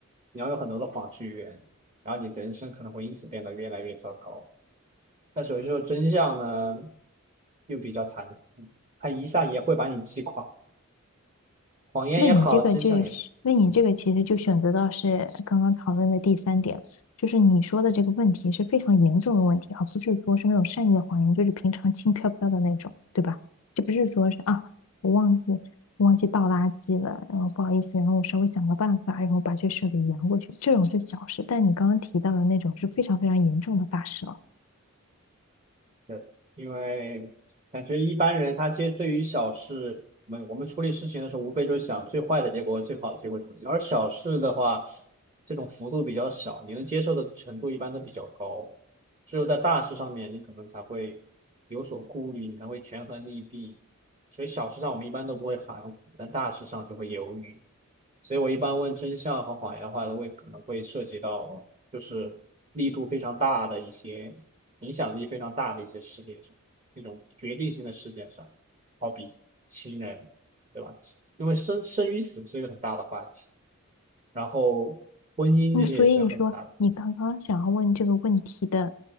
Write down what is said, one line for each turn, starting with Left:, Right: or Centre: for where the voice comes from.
Right: 你要有很多的谎去圆，然后你的人生可能会因此变得越来越糟糕。但是有时候真相呢，又比较残酷，它一下也会把你击垮，谎言也好，
Left: 那你这个就是，
Right: 真相也。
Left: 那你这个其实就选择到是刚刚讨论的第三点，
Right: 嗯。
Left: 就是你说的这个问题是非常严重的问题，而不是说是那种善意的谎言，就是平常轻飘飘的那种，对吧？就不是说是啊，我忘记忘记倒垃圾了，然后不好意思，然后我稍微想个办法，然后把这事给圆过去，这种是小事，但你刚刚提到的那种是非常非常严重的大事了。
Right: 对，因为感觉一般人他接对于小事，我们我们处理事情的时候，无非就是想最坏的结果、最好的结果什么的。而小事的话，这种幅度比较小，你能接受的程度一般都比较高。只有在大事上面，你可能才会有所顾虑，你才会权衡利弊。所以小事上我们一般都不会含糊，但大事上就会犹豫。所以我一般问真相和谎言的话，都会可能会涉及到就是力度非常大的一些影响力非常大的一些事件上，那种决定性的事件上，好比亲人，对吧？因为生生与死是一个很大的话题，然后婚姻这些也是很大的，
Left: 那所以说，你刚刚想要问这个问题的